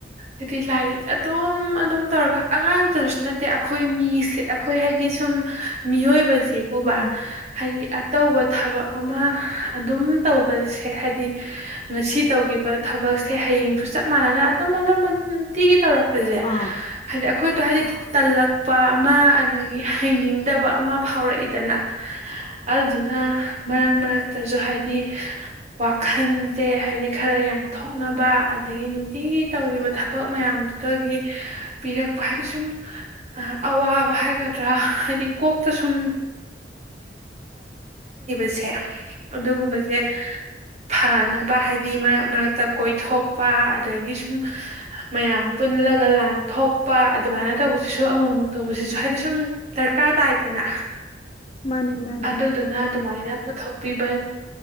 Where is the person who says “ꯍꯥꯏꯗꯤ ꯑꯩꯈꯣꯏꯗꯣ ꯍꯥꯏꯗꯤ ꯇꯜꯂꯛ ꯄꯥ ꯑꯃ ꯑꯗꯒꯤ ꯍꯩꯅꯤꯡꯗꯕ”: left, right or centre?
Right